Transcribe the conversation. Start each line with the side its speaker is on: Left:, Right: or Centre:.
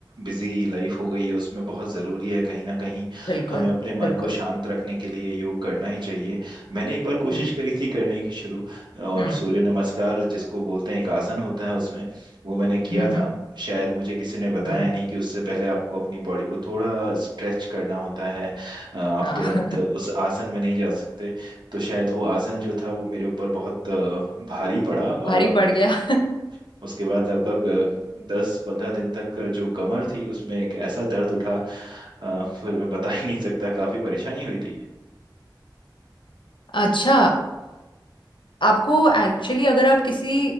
Right: बिजी लाइफ हो गई है उसमें बहुत ज़रूरी है कहीं ना कहीं
Left: बिल्कुल
Right: हमें अपने
Left: बिल्कुल
Right: मन को शांत रखने के लिए योग करना ही चाहिए मैंने एक बार कोशिश
Left: हम्म
Right: करी थी करने की शुरू और
Left: हम्म
Right: सूर्य नमस्कार जिसको बोलते हैं एक आसन होता है उसमें वो मैंने किया
Left: हम्म
Right: था
Left: हम्म
Right: शायद मुझे किसी ने बताया
Left: हम्म,
Right: नहीं कि उससे पहले आपको अपनी बॉडी को थोड़ा स्ट्रेच करना होता है अ, आप
Left: हाँ
Right: तुरंत
Left: <laughs>
Right: उस आसन में नहीं जा सकते तो शायद वो आसन जो था वो मेरे ऊपर बहुत अ, भारी पड़ा और
Left: भारी पड़
Right: उस-
Left: गया <laughs>
Right: उसके बाद लगभग दस पंद्रह दिन तक जो कमर थी उसमें एक ऐसा दर्द उठा अ, फिर मैं बता ही नहीं सकता काफी परेशानी हुई थी
Left: अच्छा आपको एक्चुअली अगर आप किसी